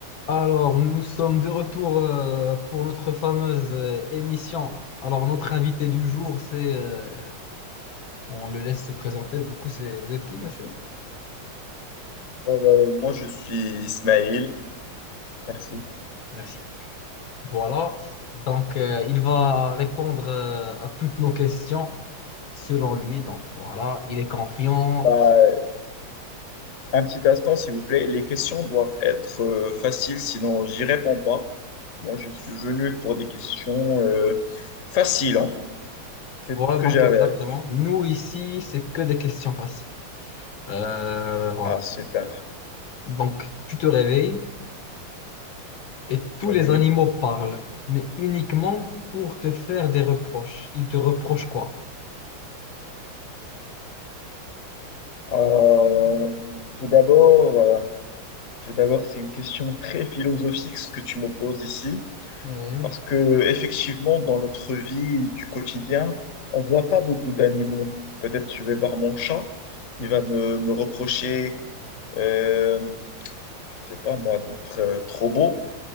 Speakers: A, on the left (about 70°); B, on the left (about 45°).
A: Alors, nous sommes de retour euh, pour notre fameuse euh, émission. Alors, notre invité du jour, c'est... euh, on le laisse se présenter. Du coup, c'est... Vous êtes qui, monsieur?
B: Alors, euh, moi, je suis Ismaël. Merci.
A: Merci. Voilà. Donc, euh, il va répondre euh, à toutes nos questions selon lui. Donc, voilà, il est confiant.
B: Bah, un petit instant, s'il vous plaît. Les questions doivent être euh, faciles, sinon j'y réponds pas. Moi, je suis venu pour des questions euh, faciles, en fait. C'est
A: Voilà,
B: tout ce que
A: donc
B: j'avais
A: exactement.
B: à dire.
A: Nous, ici, c'est que des questions faciles. Euh, voilà.
B: Ah, super.
A: Donc, tu te réveilles. Et tous
B: Oui.
A: les animaux parlent, mais uniquement pour te faire des reproches. Ils te reprochent quoi?
B: Euh, tout d'abord, euh, tout d'abord, c'est une question très philosophique ce que tu me poses ici.
A: Mhm.
B: Parce que effectivement, dans notre vie du quotidien, on voit pas beaucoup d'animaux. Peut-être je vais voir mon chat, il va me, me reprocher, euh, je sais pas moi, d'être euh, trop beau.